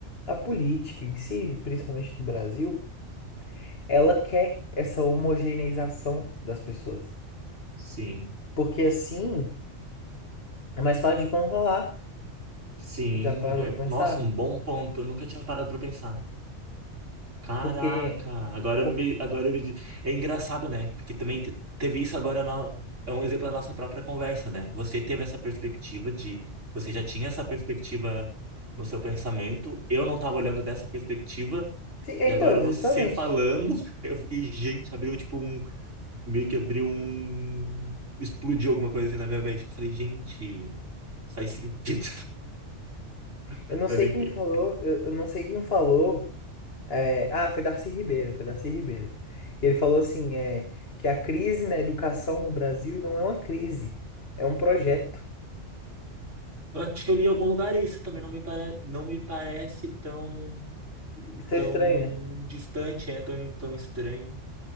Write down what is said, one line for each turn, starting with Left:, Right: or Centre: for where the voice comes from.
Left: a política em si, principalmente no Brasil. ela quer essa homogeneização das pessoas.
Right: sim,
Left: Porque assim é mais fácil de controlar.
Right: sim.
Left: Já parou
Right: ver-
Left: pra pensar?
Right: Nossa, um bom ponto. Eu nunca tinha parado pra pensar. Caraca,
Left: Porque,
Right: agora
Left: por...
Right: eu me, agora eu me, di- é engraçado, né? Porque também te- teve isso agora na- é um exemplo da nossa própria conversa, né? Você teve essa perspectiva de você já tinha essa perspectiva no seu pensamento, eu não estava olhando dessa perspectiva
Left: Sim, é,
Right: e
Left: então,
Right: agora
Left: justamente.
Right: você falando, <laughs> eu fiquei, gente, abriu tipo um meio que abriu um explodiu alguma coisa assim na minha mente. Eu falei, gente, faz sentido. <laughs>
Left: Eu não
Right: Mas
Left: sei
Right: enfim.
Left: quem falou, eu, eu não sei quem falou. é, Ah, foi Darcy Ribeiro, foi Darcy Ribeiro. Ele falou assim, é, que a crise na educação no Brasil não é uma crise, é um projeto.
Right: Eu acho que eu li em algum lugar isso também não me pare... não me parece tão
Left: Está
Right: tão
Left: estranho, né?
Right: distante, é tão, tão estranho.